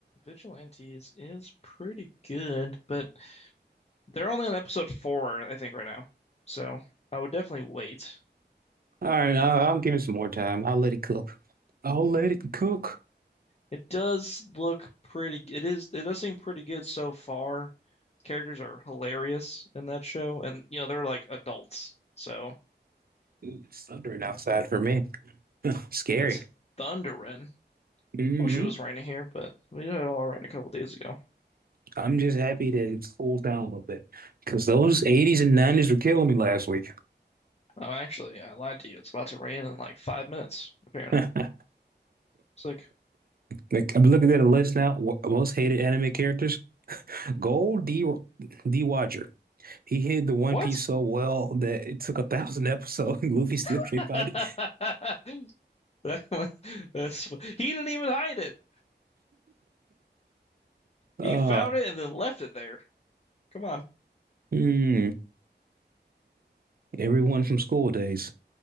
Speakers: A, on the left; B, on the right.
A: Vigilantes is pretty good, but they're only on episode four, I think, right now. So I would definitely wait.
B: All right, I'll, I'll give it some more time. I'll let it cook. I'll let it cook.
A: It does look pretty. It is. It does seem pretty good so far. Characters are hilarious in that show, and you know they're like adults, so
B: Ooh, It's thundering outside for me. <laughs> Scary.
A: it's thundering.
B: hmm
A: Wish it was raining here, but we had it all rain a couple days ago.
B: I'm just happy that it's cooled down a little bit because those 80s and 90s were killing me last week.
A: Oh, actually, I lied to you. It's about to rain in like five minutes, apparently.
B: <laughs>
A: It's like,
B: Like I'm looking at a list now. wh- Most hated anime characters. Gold D D Roger. He hid the One
A: what?
B: Piece so well that it took a thousand episodes. <laughs> Luffy still
A: <laughs>
B: can't find it.
A: It <laughs> That was, that's he didn't even hide it.
B: Uh,
A: He found it and then left it there. Come on,
B: hmm, everyone from school days.